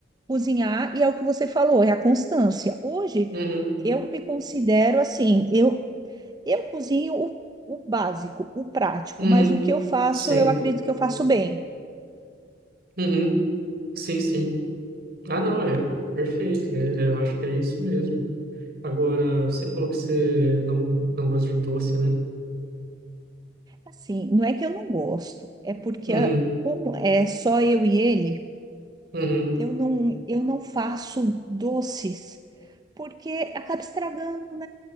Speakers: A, on the right; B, on the right.
A: cozinhar, e é o que você falou, é a constância. Hoje,
B: Uhum,
A: eu me considero assim, eu, eu cozinho o, o básico, o prático,
B: uhum,
A: mas o que eu faço,
B: sim.
A: eu acredito que eu faço bem.
B: Uhum, sim, sim. Ah, não, é perfeito. é- é, eu acho que é isso mesmo. Agora, você falou que você não, não gosta de doce, né?
A: Assim, não é que eu não gosto, é porque
B: Uhum,
A: a- como é só eu e ele,
B: uhum,
A: eu não, eu não faço doces, porque acaba estragando.